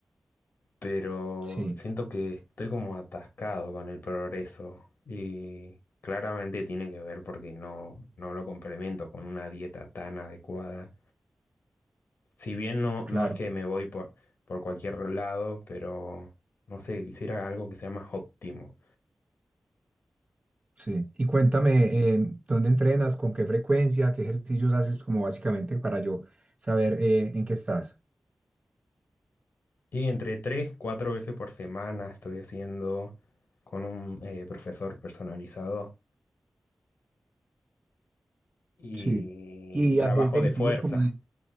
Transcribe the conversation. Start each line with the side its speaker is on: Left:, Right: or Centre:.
Left: pero
Right: Sí,
Left: siento que estoy como atascado con el progreso y claramente tiene que ver porque no, no lo complemento con una dieta tan adecuada. Si bien no,
Right: claro,
Left: no es que me voy por, por cualquier lado, pero no sé, quisiera algo que sea más óptimo.
Right: sí. Y cuéntame, eh, ¿dónde entrenas? ¿Con qué frecuencia? ¿Qué ejercicios haces? Como básicamente para yo saber eh, en qué estás.
Left: Y entre tres, cuatro veces por semana estoy haciendo con un eh, profesor personalizado y
Right: Sí. Y
Left: trabajo
Right: haces ejercicios
Left: de fuerza
Right: como de,